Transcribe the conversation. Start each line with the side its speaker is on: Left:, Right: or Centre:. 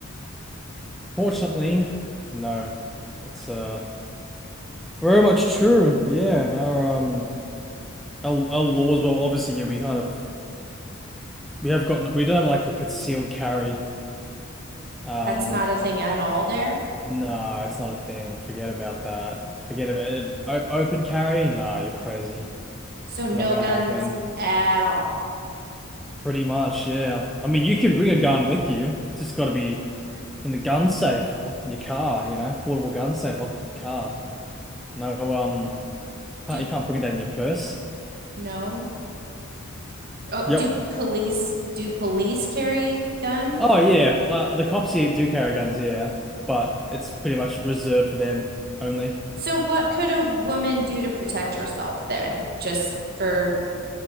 Centre: Fortunately, no. That's uh very much true. Yeah, our um our, our laws, well, obviously, yeah, we kind of we have gotten we don't have like a concealed carry. Um,
Right: That's not a thing at all there.
Centre: no, it's not a thing. Forget about that. Forget about it. O open carry? Nah, you're crazy.
Right: So no
Centre: Not gonna
Right: guns
Centre: happen.
Right: at all.
Centre: Pretty much, yeah. I mean, you can bring a gun with you. It's just got to be in the gun safe, locked in your car. You know, portable gun safe, locked in your car. No, um, can't,
Right: Do
Centre: you can't bring that in your purse.
Right: no? Oh, do
Centre: Yep.
Right: police do police carry guns?
Centre: Oh
Right: Like,
Centre: yeah, uh, the cops here do carry guns, yeah, but it's pretty much reserved for them only.
Right: So what could a woman do to protect herself then? Just for